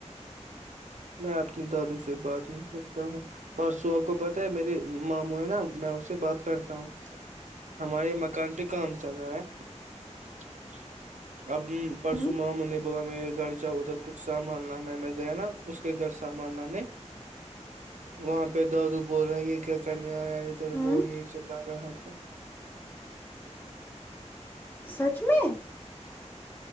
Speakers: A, on the right (about 85°); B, on the left (about 15°).
A: میں اپنے دادو سے بات نہیں کرتا ہوں پرسو آپ کو پتا میرری ماموں ہے نا میں اس سے بات کرتا تا ہ <unintelligible> ہمارے یہ مکان پہ کام چل رہا ہے <inaudible> اب پرسوں
B: ہوں
A: مامنے بلا میں گھر جہ ادھر کچھ سامان لانا ہے میں نا اس کے گھر سامان لانے وہاں پہ دوڑو بول رہا یہ کیا کرنے آیا ادھر
B: ہوں
A: وہ یہ چلا رہا تھا
B: سچ میں